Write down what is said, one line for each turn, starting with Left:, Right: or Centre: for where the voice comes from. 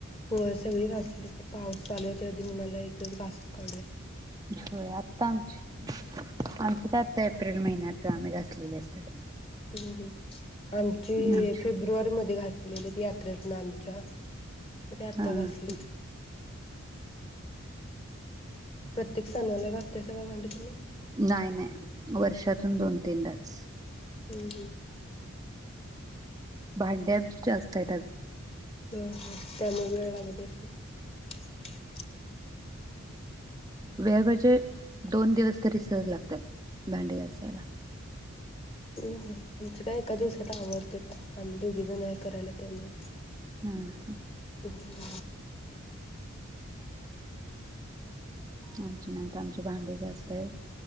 Left: होय सगळी घासलीत पाऊस चालू व्हायच्या आधी म्हणलं की एक दिवस घासून काढू या.
Right: होय आता आमची, आमची आता एप्रिल महिन्यात आम्ही घासलेली असतात.
Left: हम्म हम्म आमची
Right: आमचे
Left: फेब्रुवारी मध्ये घास गेले ते यात्रेत न आन चहा. ते आत्ता
Right: हा
Left: घासलीत
Right: हा
Left: प्रत्येक सणाला घासताय सा काय भांडी तुम्ही?
Right: नाही नाही वर्षातून दोन तीनदाच
Left: हम्मं हम्मं.
Right: भांडे आमची जास्त आहेत अगं.
Left: ह ह त्यामुळे <inaudible>
Right: वेळ म्हणजे, दोन दिवस तरी सहज लागत्यात. भांडी घासायला.
Left: हम हम्म. आमचं काय एका दिवसात आवरत्यात. आम्ही दोघी जण हाय. करायला त्यामुळं.
Right: हा
Left: ह.
Right: आमची नाहीत. आमची भांडी जास्त हाईत.